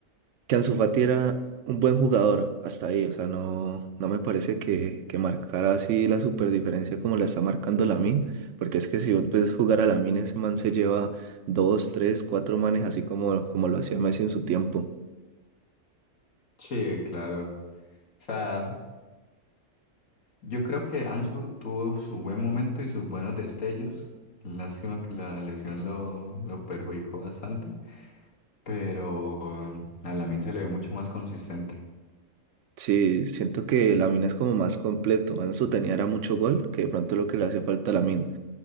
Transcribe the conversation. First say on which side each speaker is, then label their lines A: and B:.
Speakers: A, on the right; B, on the left.
A: que Ansu Fati era un buen jugador hasta ahí, o sea, no, no me parece que, que marcara así la super diferencia como la está marcando Lamine, porque es que si vos ves jugar a Lamine, ese man se lleva dos, tres, cuatro manes así como, como lo hacía Messi en su tiempo.
B: Sí, claro. O sea, yo creo que Ansu tuvo su buen momento y sus buenos destellos. Lástima que la lesión lo, lo perjudicó bastante, pero um, a Lamine se le ve mucho más consistente.
A: Sí, siento que Lamine es como más completo. Ansu tenía era mucho gol, que de pronto lo que le hace falta a Lamine.